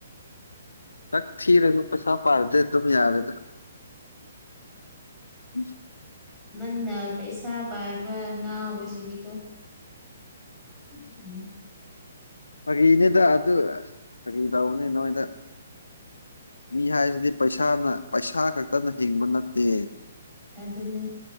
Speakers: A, on the left; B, in the centre.
A: ꯆꯛ ꯊꯔꯦꯁꯨ ꯄꯩꯁꯥ ꯄꯥꯔꯗ ꯑꯗꯨꯃꯤ ꯌꯥꯔꯦꯗ ꯎꯝ
B: ꯅꯪꯅ ꯄꯩꯁꯥ ꯄꯥꯏꯕ ꯉꯥꯎꯕꯁꯤꯗꯤꯀꯣ ꯎꯝ ꯎꯝ
A: ꯐꯥꯒꯤꯅꯦꯗ ꯑꯗꯨ ꯑꯁ ꯐꯥꯒꯤ ꯇꯧꯕꯅꯤ ꯅꯣꯏꯗ ꯃꯤ ꯍꯥꯏꯁꯤꯗꯤ ꯄꯩꯁꯥꯅ ꯄꯩꯁꯥ ꯈꯛꯇꯅ ꯍꯤꯡꯕ ꯅꯠꯇꯦ
B: ꯑꯗꯅꯦ